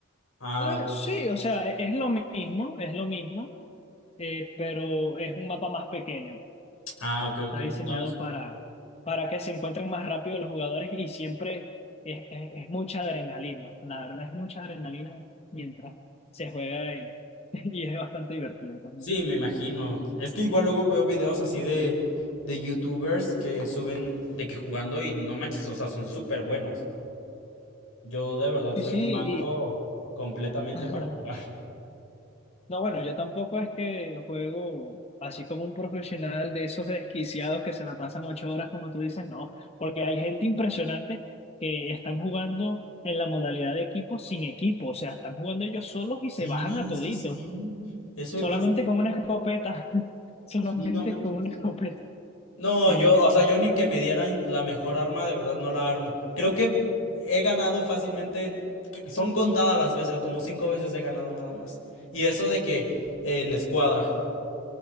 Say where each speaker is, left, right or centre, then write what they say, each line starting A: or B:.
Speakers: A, on the left (about 80°); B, on the left (about 30°).
A: Ah,
B: Eh,
A: ok, ok.
B: sí, o sea, e- es, lo mismo, es lo mismo, eh, pero es un mapa más pequeño.
A: Ah,
B: pues
A: ok,
B: está
A: ok.
B: diseñado
A: No, es...
B: para, para que se encuentren más rápido los jugadores y siempre es, es- es mucha adrenalina. La verdad es mucha adrenalina mientras se juega y, <laughs> y es bastante divertido también.
A: Sí, me imagino. Es que igual luego veo videos así de, de YouTubers que suben de que jugando y no manches, o sea, son súper buenos. Yo de verdad
B: Sí,
A: soy
B: sí,
A: un
B: y
A: manco completamente
B: <laughs>
A: para jugar. <laughs>
B: no, bueno, yo tampoco es que juego así como un profesional de esos desquiciados que se la pasan ocho horas, como tú dices, no, porque hay gente impresionante que están jugando en la modalidad de equipo sin equipo, o sea, están jugando ellos solos y se
A: Sí,
B: bajan a toditos.
A: sí, sí. Eso
B: Solamente
A: he visto.
B: con una escopeta. <laughs> Solamente
A: Sí, no manches.
B: con una escopeta.
A: No,
B: Sí,
A: yo,
B: sí.
A: o sea, yo ni que me dieran la mejor arma, de verdad no la armo. Creo que he ganado fácilmente, que son contadas las veces, como cinco veces he ganado nada más. Y eso de que en escuadra.